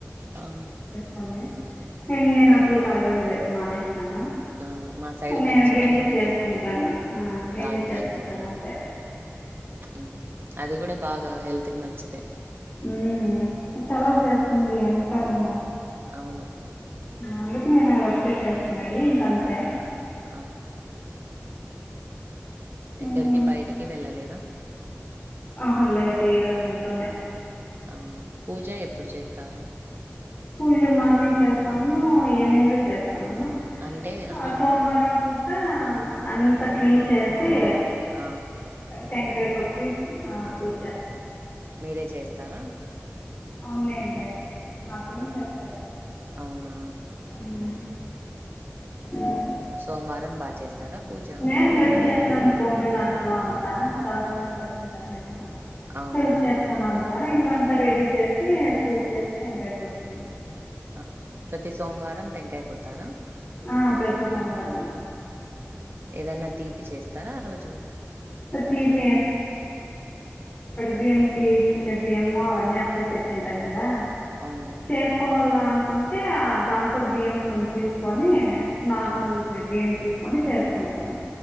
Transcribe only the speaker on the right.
ఆ
ఆ, మా సైడ్
ఖచ్చితంగా
ఉండాల
రాగి
గంజినా
ఉహు అది కూడా బాగా హెల్త్ కి మంచిదే
అవును
ఆహా
ఎక్కడికి బయటికి వెళ్ళలేదా?
ఆ పూజ ఎప్పుడు చేస్తారు?
అంటే ఆహా
ఆ
మీరే చేస్తారా?
ఆహా
అవునా
సోమవారం బా చేస్తారా? పూజ
ఆ
అవును
ఆ ప్రతి సోమవారం టెంకాయ కొడతారా?
ఏదన్నా తీపి చేస్తారా ఆ రోజు?
అవును
ఆ